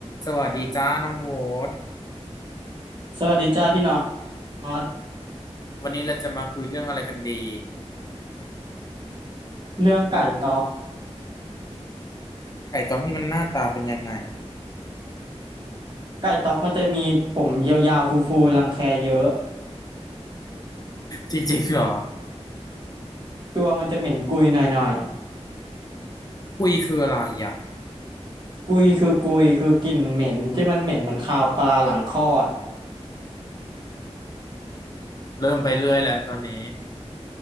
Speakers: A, on the left; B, on the right.
A: สวัสดีจ้าน้องโบ๊ท
B: สวัสดีจ้าพี่น็อต
A: วันนี้เราจะมาคุยเรื่องอะไรกันดี
B: เรื่องไก่ต๊อก
A: ไก่ตองนี่มันหน้าตาเป็นยังไง
B: ไก่ต๊อกมันจะมีผมยาวๆฟูๆรังแคเยอะ
A: จริงๆเหรอ
B: ตัวมันจะเหม็นกุยหน่อย
A: คุยคืออะไรอ่ะ
B: ๆกุยคือกุยคือกลิ่นเหม็นที่มันเหม็นเหมือนคาวปลาหลังคลอด
A: เริ่มไปเรื่อยแหละตอนนี้